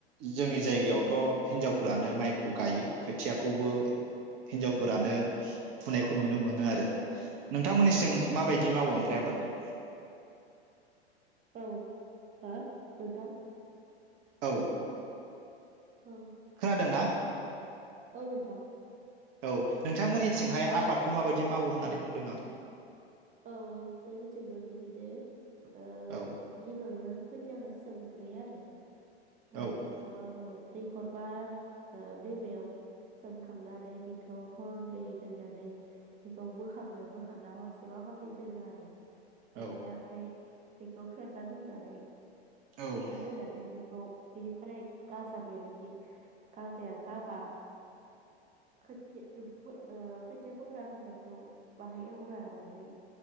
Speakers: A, on the right (about 45°); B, on the right (about 20°).
A: जोंनि
B: औ
A: जायगायावथ' हिनजावफ्रानो माइ खौ गायो खोथियाखौबो हिनजावफोरानो फुनायखौ नुनो मोनो आरो।
B: औ
A: नोंथांमोननिसिं माबायदि मावो ओमफ्राय आबादखौ?
B: औ हो नोंथां।
A: औ।
B: औ
A: खोनादोंना?
B: औ नोंथां
A: <inaudible> औ नोंथांमोननिथिंहाय
B: औ
A: आबादखौ माबायदि मावो होननानै बुंदों आं।
B: औ जोंनिथिंबो बिदिनो ओ
A: औ
B: गिबियावनो खोथियाखौ सोमग्रोयो आरो। ओ
A: औ
B: बस्थाबाबो दैखर बा ओ दैमायाव। सोमखांनानै बिखौ हरनै दोननानै बेखौ बोखाङो बोखांना हरस एबा हरनै दोनो आरो खायफाया
A: औ
B: ओफ्राय बेखौ फेरना दोननानै
A: औ
B: खोबना दोनानै बेखौ बेनिफ्राय गाजा बेरो जि गाजाया जाबा खोथि फो ओ खोथिया फोग्रा फोथारखौ बाहाय एवग्रोना नै